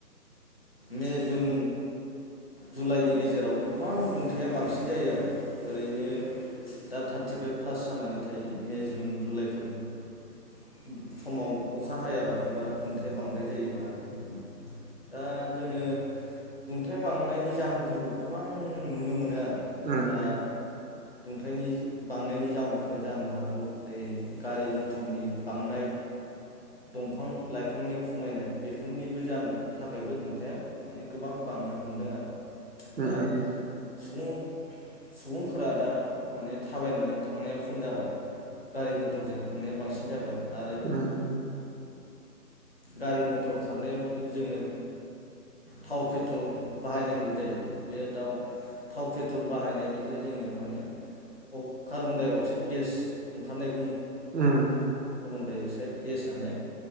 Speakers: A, on the left (about 35°); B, on the right (about 75°).
A: मे जुन जुलाइनि गेजेराव गोबां दुंथाया बांसिन जायो आरो ओरैनो। दा थार्टिफाइभ प्लास जानानै थायो। मे जुन जुलाइफोरजों समाव। अखा हायाबा एबा। दुंथाया बांद्राय जायोबा आरो। दा जोङो दुंथाय बांनायनि जाहोनफोरखौ गोबां नुनो मोनो आरो।
B: ओम।
A: दा दुंथायनि बांनायनि जाउनफोरा जानो हागौ दै गारि मथरनि बांनाय दं बिफां लाइफांनि खमायनाय बेफोरनिबो जा थाखायबो दंथाइ आ। माने गोबां बांनो हमदों आरो। दा
B: ओम ओम।
A: सुबुं सुबुंफोरा दा। माने थाबायनानै थांनाया खम जाबाय। गारि मटर जों <inaudible> थांनाया बांसिन जाबाय। <inaudible>
B: उम
A: गारि मथर खारनायाव जोङो थाव पेट्रल बाहायनांगौ जायो। <inaudible> बे दाउ थाव पेट्रल बाहायनायनिफ्राय जोङो माने कार्बनडाइ अक्साइड गेस ओंखारनाय- <inaudible>
B: उम
A: डाइ अक्साइड गेसानो